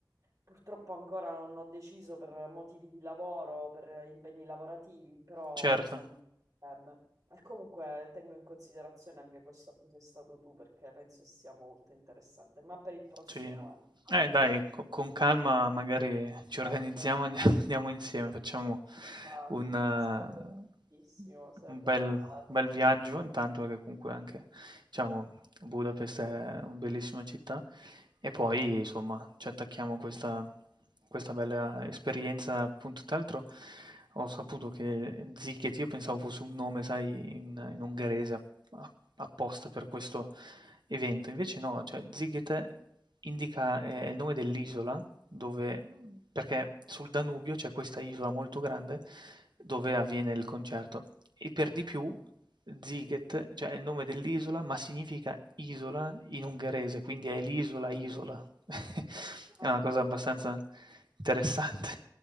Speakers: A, on the right (about 50°); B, on the right (about 70°).
A: purtroppo ancora non ho deciso per motivi di lavoro, per impegni lavorativi, però
B: certo.
A: insomma. sarebbe. E comunque tengo in considerazione anche questo a cui sei stato tu perché penso che sia molto interessante, ma per il prossimo
B: Sì.
A: anno. <laughs>
B: Eh dai, co con calma magari
A: Esatto,
B: ci organizziamo, e andiamo <laughs> andiamo insieme, facciamo
A: esatto.
B: un, eh,
A: Sarebbe bellissimo, sarebbe
B: un bel,
A: fantastico.
B: un bel viaggio, intanto che comunque anche, diciamo, Budapest è una bellissima città, e poi insomma ci attacchiamo a questa, questa bella esperienza, appunto, tra l'altro ho saputo che Ziket, io pensavo fosse un nome, sai, in, in ungherese, apposta per questo evento. Invece no, cioè Ziggete indica eh, il nome dell'isola dove, perché sul Danubio c'è questa isola molto grande dove avviene il concerto. E per di
A: Ah,
B: più Ziget, cioè è il nome dell'isola, ma significa isola in ungherese, quindi è l'isola isola. <laughs>
A: ah,
B: È
A: ah,
B: una cosa
A: dov'è?
B: abbastanza interessante.